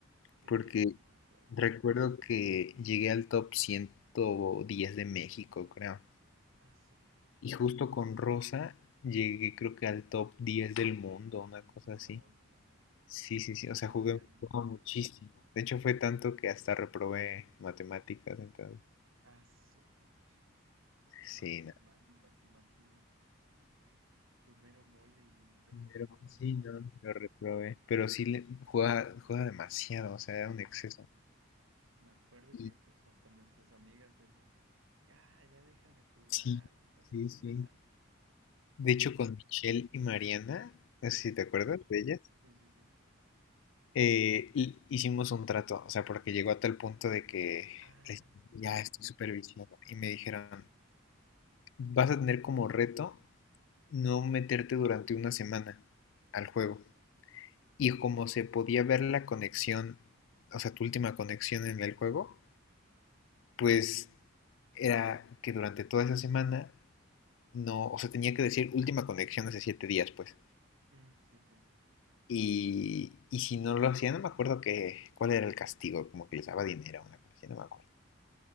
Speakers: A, on the right; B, on the left.
A: Sí,
B: porque
A: sí, me acuerdo.
B: recuerdo que llegué al top 110 de México, creo.
A: Ah, su mecha.
B: Y justo con Rosa llegué creo que al top 10 del mundo, una cosa
A: No,
B: así.
A: no, no.
B: Sí, sí, sí, o
A: Me
B: sea, jugué
A: acuerdo,
B: un
A: me
B: juego
A: acuerdo.
B: muchísimo. De hecho, fue tanto que hasta reprobé matemáticas, entonces.
A: Ah, su mecha.
B: Sí,
A: Matemáticas, imagínate. tu mero mole y reprobando
B: Pero
A: matemáticas.
B: sí, no, lo reprobé. Pero sí le, juega, juega demasiado, o sea, era un exceso.
A: Y me acuerdo que
B: Y
A: pues hasta nuestras amigas te decían, ya, ya deja de jugar,
B: sí,
A: deja de
B: sí,
A: jugar.
B: sí. De
A: Sí,
B: hecho,
A: no.
B: con Michelle y Mariana, no sé si
A: Ah,
B: te acuerdas de ellas,
A: sí, sí, sí.
B: eh, hi- hicimos un trato, o sea, porque llegó a tal punto de que
A: Ah,
B: les-
A: sí me
B: ya
A: acuerdo.
B: estoy súper viciado. Y me dijeron, vas a tener como reto no meterte durante una semana al juego. Y como se podía ver la conexión, o sea, tu última conexión en el juego. pues era que durante toda esa semana no, o sea, tenía que decir última conexión hace siete días, pues.
A: Mm, sí, sí,
B: Y, y si no lo hacía, no me acuerdo que, cuál era el castigo, como que les daba dinero, o una cosa así, no me acuerdo.